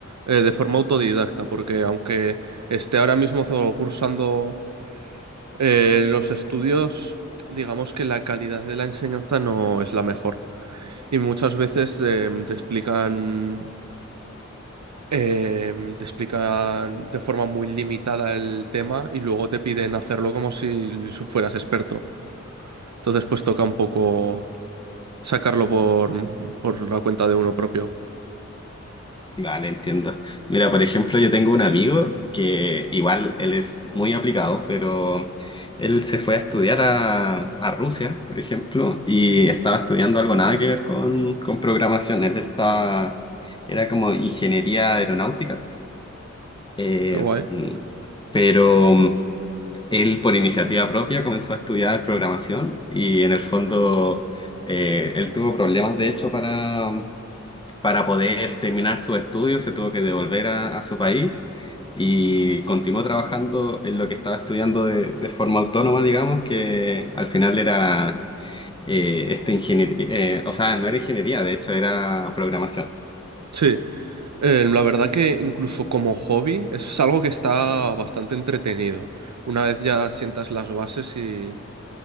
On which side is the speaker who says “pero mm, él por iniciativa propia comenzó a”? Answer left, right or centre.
Left